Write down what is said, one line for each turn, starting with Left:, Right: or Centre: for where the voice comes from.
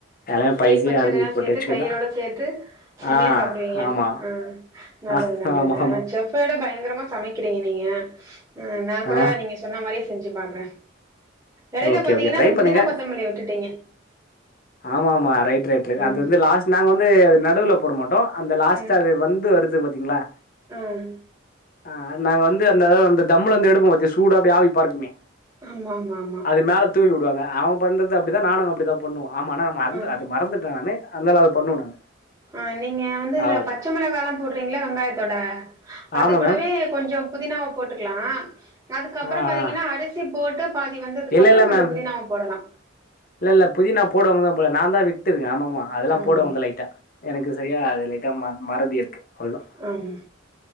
Left: எல்லாமே
Right: தயிர்
Left: பைசியா
Right: பச்சடி
Left: அரிஞ்சு
Right: எல்லா
Left: போட்டு
Right: சேத்து
Left: வச்சுக்கதா
Right: தயிரோட சேத்து செம்மையா
Left: ஆ
Right: சாப்புடுவீங்க
Left: ஆமா
Right: ம் நல்லது
Left: ஆ
Right: நல்லது
Left: ஆமா
Right: ஆ
Left: ஆமா
Right: செ ஃப் விட பயங்கரமா சமைக்கிறீங்க நீங்க ம் நா கூட
Left: ஆ
Right: நீங்க சொன்ன மாரியே செஞ்சு பாக்றே இடையில
Left: ஓகே
Right: பாத்தீங்கன்னா
Left: ஓகே ட்ரை
Right: இந்த
Left: பண்ணுங்க
Right: புதினா கொத்தமல்லிய விட்டுட்டீங்க
Left: ஆமா ஆமா ரைட் ரைட் ரைட்
Right: ம்
Left: அது வந்து லாஸ்ட் நாங்க வந்து அது நடுவுல போட மாட்டோ அந்த லாஸ்ட்டா
Right: அ
Left: அது வந்து வருது பாத்தீங்களா
Right: ம்
Left: ஆ நாங்க வந்து அந்த அந்த தம்ளருந்து எடுப்போ பத்திய சூடு அப்டி ஆவி பறக்குமே
Right: ஆமா ஆமா ஆமா
Left: அது மேல தூவி வுடுவாங்க அவங்க பண்றது அப்டிதான் நானும் அப்டிதான் பண்ணுவோ அமா ஆனா ந மறந்து
Right: ஆ
Left: அது மறந்துட்டனானே அதந்தால அத பண்ணுவோ நாங்க
Right: ம் நீங்க வந்து இந்த
Left: அவ்வளவுதான்
Right: பச்ச மிளகாலா போடுறீங்களா வெங்காயத்தோட அது
Left: ஆமா
Right: கூடவே
Left: மேம்
Right: கொஞ்சோ புதினாவ போட்டுக்கலாம் அதுக்கப்ரோ
Left: ஆ ஆ.
Right: பாத்தீங்கன்னா அரிசி போட்டு பாதி வந்ததுக்கப்ரோ
Left: இல்ல இல்ல
Right: அப்ரோ கொஞ்சோ
Left: மேம்
Right: புதினாவ போடலாம்
Left: இல்ல இல்ல புதினா போடுவாங்க போல நான் தான் விட்டதுங்கா ஆமாமா அதெல்லாம்
Right: ஆமா
Left: போடுவாங்க
Right: ஆமா
Left: லைட்டா எனக்கு சரியா அது லைட்டா ம மறதி இருக்கு அவ்லதா
Right: ஆ ம்